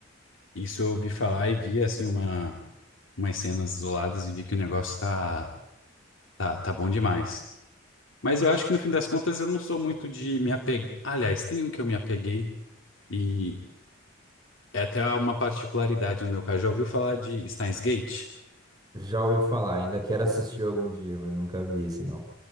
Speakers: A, on the left (about 75°); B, on the right (about 20°).
A: isso eu ouvi falar e vi, assim, uma, umas cenas isoladas e vi que o negócio tá, tá, tá bom demais. Mas eu acho que no fim das contas eu não sou muito de me apegar. Aliás, tem um que eu me apeguei e é até uma particularidade no meu caso. Já ouviu falar de Steins Gate?
B: Já ouvi falar, ainda quero assistir algum dia, mas nunca vi esse, não.